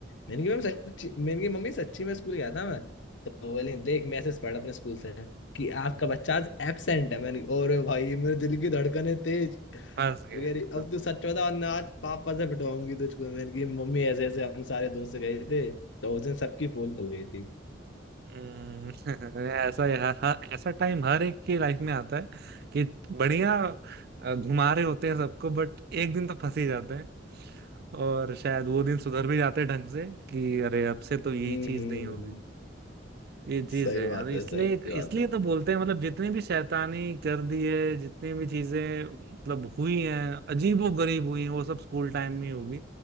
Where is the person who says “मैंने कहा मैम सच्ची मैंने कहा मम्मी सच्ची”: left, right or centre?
Left